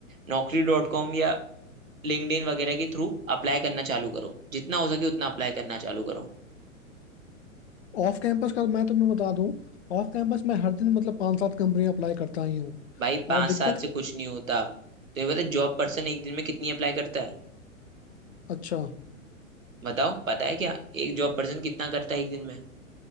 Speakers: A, on the right; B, on the left.
A: नौकरी डॉट कॉम या लिंक्डइन वगैरह के थ्रू अप्लाई करना चालू करो जितना हो सके उतना अप्लाई करना चालू करो
B: ऑफ कैंपस का मैं तुम्हें बता दूं ऑफ कैंपस में हर दिन मतलब पांच सात कंपनी अप्लाई करता ही हूँ
A: भाई पांच
B: और दिक्कत
A: सात से कुछ नहीं होता तुम्हें पता जॉब पर्सन एक दिन में कितनी अप्लाई करता है
B: अच्छा
A: बताओ पता है क्या एक जॉब पर्सन कितना करता है एक दिन में